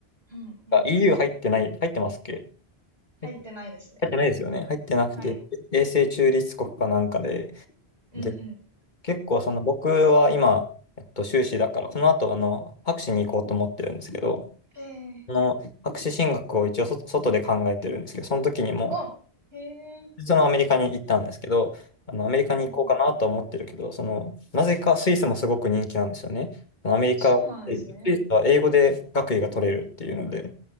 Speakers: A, on the right (about 70°); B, on the left (about 45°).
A: うんうん。
B: あ EU 入ってない、入ってますっけ
A: 入ってないですね。
B: 入って入ってないですよね。入ってなくて、
A: はい。
B: 永世中立国かなんかで、
A: うんうん。
B: で、結構その僕は今、えっと、修士だから、この後あの、博士に行こうと思ってるんですけど、
A: ええ
B: その博士進学を一応そ外で考えてるんですけど、その時にも、
A: あ、へえ。
B: そのアメリカに行ったんですけど、あのアメリカに行こうかなとは思ってるけど、
A: うんうん。
B: その、なぜかスイスもすごく人気なんですよね。そのアメリカ、
A: そうなんですね。
B: スイスは英語で学位が取れるっていうので、